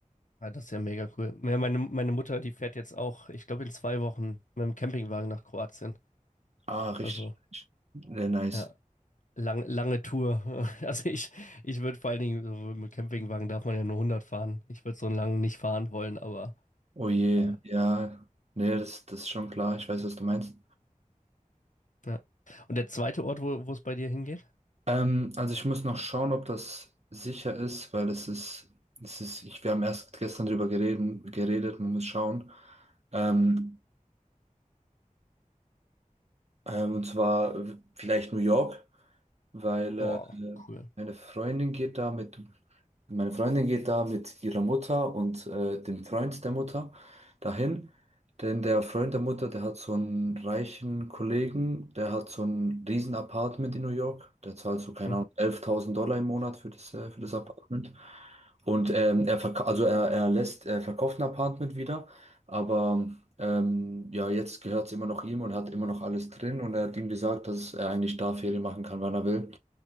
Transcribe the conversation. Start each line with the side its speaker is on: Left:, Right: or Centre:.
Left: Ja, das ist ja mega cool. Ja, meine, meine Mutter, die fährt jetzt auch, ich glaube, in zwei Wochen mit dem Campingwagen nach Kroatien.
Right: Ah, richtig.
Left: Also,
Right: richtig. Sehr nice.
Left: ja, lang, lange Tour. <laughs> Also ich, ich würde vor allen Dingen, so mit Campingwagen darf man ja nur 100 fahren. Ich würde so einen langen nicht fahren wollen, aber
Right: Oh je,
Left: äh,
Right: ja. Nee, das, das ist schon klar. Ich weiß, was du meinst.
Left: ja. Und der zweite Ort, wo, wo es bei dir hingeht?
Right: Ähm, also ich muss noch schauen, ob das sicher ist, weil es ist, es ist, ich, wir haben erst gestern drüber gereden, geredet, man muss schauen. Ähm, ähm, und zwar w- vielleicht New York. weil äh,
Left: Boah, cool.
Right: meine Freundin geht da mit, meine Freundin geht da mit ihrer Mutter und äh, dem Freund der Mutter dahin. Denn der Freund der Mutter, der hat so einen reichen Kollegen, der hat so ein riesen Apartment in New York. Der zahlt so, keine
Left: Hm.
Right: Ahnung, 11.000 Dollar im Monat für das, äh, für das Apartment. Und ähm, er, verka- also er, er lässt, er verkauft ein Apartment wieder, aber ähm, ja, jetzt gehört es immer noch ihm und hat immer noch alles drin und er hat ihm gesagt, dass er eigentlich da Ferien machen kann, wann er will.